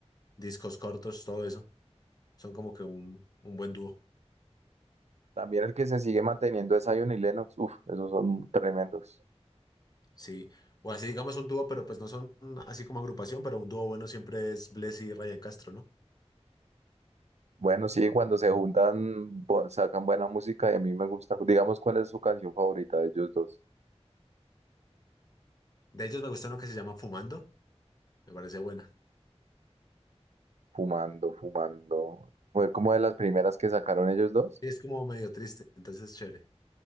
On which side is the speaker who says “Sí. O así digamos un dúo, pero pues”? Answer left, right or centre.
Left